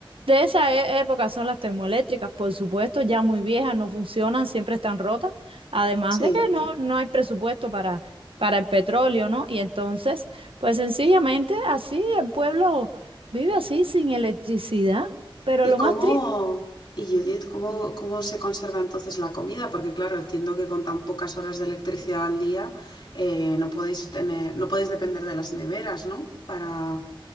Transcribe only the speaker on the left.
sí.
¿Y
cómo,
y Judith, cómo, cómo se conserva entonces la comida? Porque claro, entiendo que con tan pocas horas de electricidad al día eh, no podéis tener, no podéis depender de las neveras, ¿no? Para,